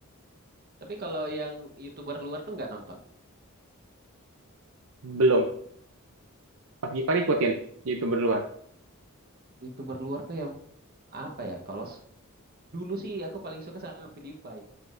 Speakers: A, on the right; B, on the right.
A: Tapi kalau yang YouTuber luar tuh nggak nonton.
B: belum Mas Gifar ikutin youtuber luar
A: YouTuber luar tuh yang apa ya? Kalau s- Dulu sih aku paling suka sama PewDiePie.